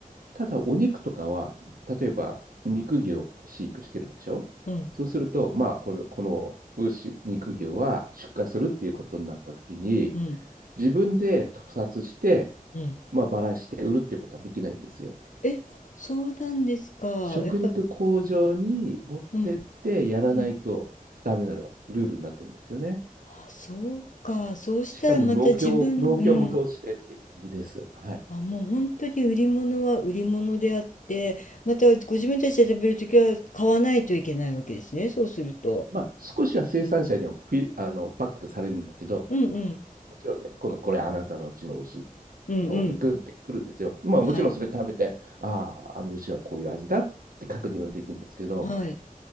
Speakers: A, on the right; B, on the left.
A: ただお肉とかは、例えば肉牛を飼育してるでしょそうすると、
B: うん。
A: まあ、これ、この牛、肉牛は出荷するっていうことになった時に、
B: うん。
A: 自分で屠殺して、
B: うん。
A: まあ、ばらして売るっていうことはできないんですよ。
B: え、あそうなんですか。
A: 食肉工場に持ってってやらないとダメなルールになってるんですよね。
B: やっぱ、うん。うん。あ、そうか。そうしたらまた自分、
A: しかも農協、農協も通してっていう感じです。
B: うん。
A: はい。
B: あ、もう本当に売り物は売り物であって、またご自分たちで食べるときは買わないといけないわけですね。そうすると。
A: まあ、少しは生産者にはフィ、あの、バックされるんだけど、
B: うんうん。
A: もちろんね、この、これあなたのうちの牛
B: うんうん。
A: のお肉ってくるんですよ。まあ、
B: はい。
A: もちろんそれ食べて、ああ、あの牛はこういう味だって確認はできるんですけど、
B: はい。